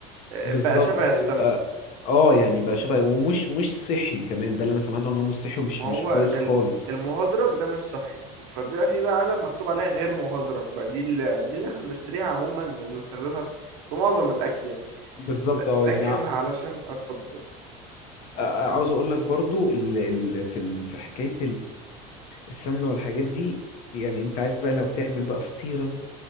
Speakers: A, on the right; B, on the left.
A: آه،
B: بالظبط
A: بقى شبه السمنة
B: بيبقى اه يعني بقى شبه ومش مش صحي كمان ده اللي انا سمعته ان هو مش صحي ومش
A: ما هو
B: مش كويس
A: ال-
B: خالص
A: المهدرج ده مش صحي فبيبقى في بقى علب مكتوب عليها غير مهدرج بقى دي اللي, دي اللي احنا بنشتريها عموما وبنستخدمها في, في معظم الأكل يعني
B: بالظبط
A: ل-
B: اه
A: لكن
B: يعني ع-
A: علشان اتفضل
B: ع- عاوز اقول لك برضو ال... ال... في ال... في حكايه السمنة والحاجات دي يعني انت عارف بقى لو تعمل بقى فطيرة